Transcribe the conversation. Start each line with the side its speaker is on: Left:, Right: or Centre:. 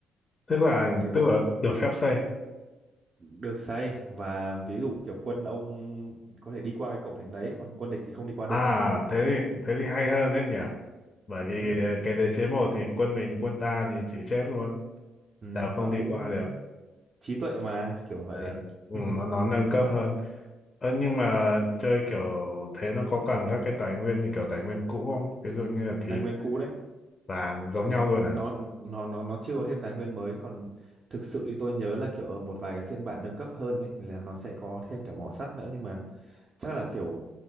Left: tức là
Right: cái cộng
Left: tức là được phép xây
Right: được xây và ví dụ kiểu quân ông có thể đi qua cái cộng thành đấy còn quân địch thì không đi qua
Left: à
Right: được
Left: thế
Right: kiểu
Left: thì thế thì hay hơn đấy nhỉ bởi vì
Right: ừ,
Left: cái đế chế một thì quân mình quân ta thì chịu chết luôn
Right: ừ
Left: Dạ không
Right: nó cũng
Left: đi qua được
Right: trí tuệ mà kiểu vậy
Left: Ờ, ừ,
Right: <laughs>
Left: nó nó nâng cấp hơn Ờ, nhưng mà chơi kiểu thế nó có cần các cái tài nguyên như kiểu tài nguyên cũ không ví dụ như là thịt
Right: tài nguyên cũ đấy
Left: vàng giống
Right: không,
Left: nhau luôn
Right: nó
Left: à
Right: nó nó nó chưa có thêm tài nguyên mới còn thực sự thì tôi nhớ là kiểu ở một vài cái phiên bản nâng cấp hơn ấy là nó sẽ có thêm cả mỏ sắt nữa nhưng mà chắc là kiểu